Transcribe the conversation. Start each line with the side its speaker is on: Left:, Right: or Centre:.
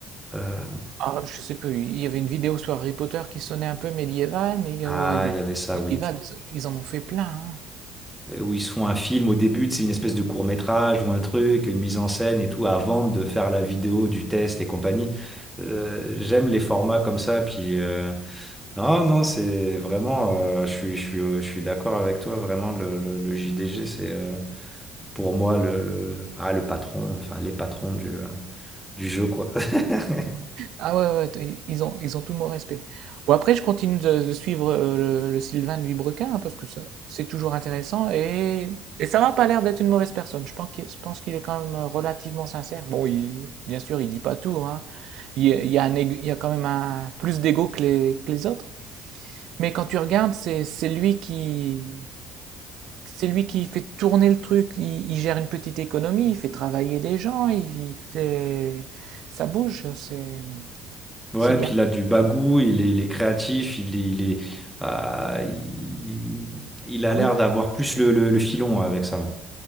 Centre: Euh,
Right: Ah, je sais plus, il y avait une vidéo sur Harry Potter qui sonnait un peu médiéval, mais il y
Centre: ah,
Right: a- il y
Centre: il
Right: a-
Centre: y avait ça,
Right: médiéval,
Centre: oui.
Right: ils, ils en ont fait plein. hein.
Centre: Euh, Où ils se font un film au début, c'est une espèce de court-métrage ou un truc, une mise en scène et tout, avant de faire la vidéo du test et compagnie. Euh, j'aime les formats comme ça. Puis, euh, non, non, c'est vraiment, euh, je suis, je suis, euh, je suis d'accord avec toi. Vraiment, le, le- le JDG, c'est euh, pour moi le, le, ah, le patron, enfin les patrons du, euh, du jeu, quoi. <laughs>
Right: Ah ouais, ouais, t- ils ont, ils ont tout mon respect. Bon, après, je continue de, de suivre euh, le, le Sylvain de Vibrequin, hein, parce que ça, c'est toujours intéressant. Et, et ça m'a pas l'air d'être une mauvaise personne. Je pense qu'il, je pense qu'il est quand même euh, relativement sincère. Bon, il- bien sûr, il dit pas tout, hein. Il, y a il y a un égo- il y a quand même un, plus d'ego que les, que les autres. Mais quand tu regardes, c'est, c'est lui qui, c'est lui qui fait tourner le truc. Il, il gère une petite économie, il fait travailler des gens, il, il fait, ça bouge, c'est,
Centre: Ouais,
Right: c'est bien.
Centre: puis il a du bagou, il est, il est créatif, il est, il est, euh, il, il a
Right: Ah
Centre: l'air
Right: oui,
Centre: d'avoir plus le, le- le filon avec ça.